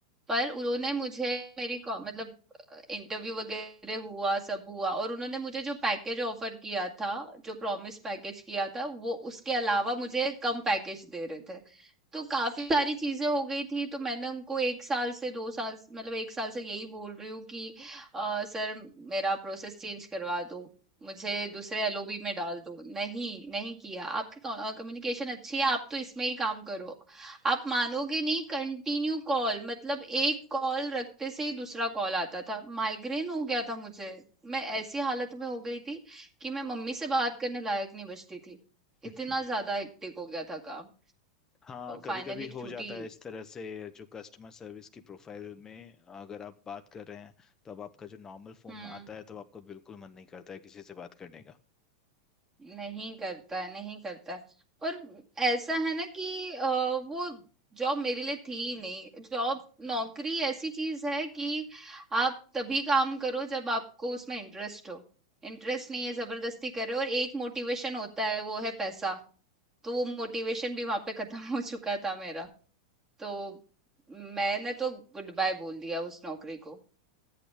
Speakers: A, on the right; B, on the left.
A: पर उन्होंने मुझे मेरी को- मतलब इंटरव्यू वगैरह हुआ सब हुआ और उन्होंने मुझे जो पैकेज ऑफर किया था जो प्रॉमिस पैकेज किया था वो उसके अलावा मुझे कम पैकेज दे रहे थे तो काफी सारी चीजें हो गई थी तो मैंने उनको एक साल से दो साल से- मतलब एक साल से यही बोल रही हूँ कि अ, सर मेरा प्रोसेस चेंज करवा दो मुझे दूसरे एलओबी में डाल दो नहीं नहीं किया आपकी कम्युनिकेशन अच्छी है आप तो इसमें ही काम करो आप मानोगे नहीं कंटिन्यू कॉल मतलब एक कॉल रखते से ही दूसरा कॉल आता था माइग्रेन हो गया था मुझे मैं ऐसी हालत में हो गई थी कि मैं मम्मी से बात करने लायक नहीं बचती थी
B: <laughs>
A: इतना ज्यादा हेक्टिक हो गया था काम
B: हाँ कभी
A: फाइनली
B: कभी हो
A: छूटी
B: जाता है इस तरह से जो कस्टमर सर्विस की प्रोफाइल में अगर आप बात कर रहे हैं तो अब आपका जो नॉर्मल फोन
A: हम्म
B: आता है तो आपका बिल्कुल मन नहीं करता है किसी से बात करने का
A: नहीं करता है नहीं करता है और ऐसा है ना कि अ, वो जॉब मेरे लिए थी ही नहीं जॉब नौकरी ऐसी चीज है कि आप तभी काम करो जब आपको उसमें इंटरेस्ट हो इंटरेस्ट नहीं है जबरदस्ती कर रहे हो और एक मोटिवेशन होता है वो है पैसा तो वो मोटिवेशन भी वहां पे खत्म हो चुका था मेरा तो मैंने तो गुड बाय बोल दिया उस नौकरी को